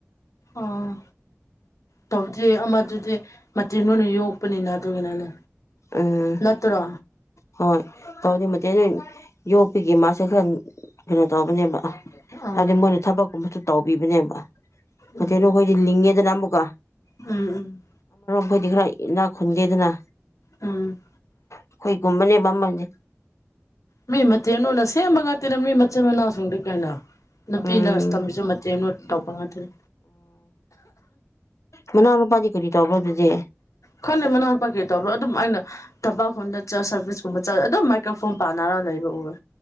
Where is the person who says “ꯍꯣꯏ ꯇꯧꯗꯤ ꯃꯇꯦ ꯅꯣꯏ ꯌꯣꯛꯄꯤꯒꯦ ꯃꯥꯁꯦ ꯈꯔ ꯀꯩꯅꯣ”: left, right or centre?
Left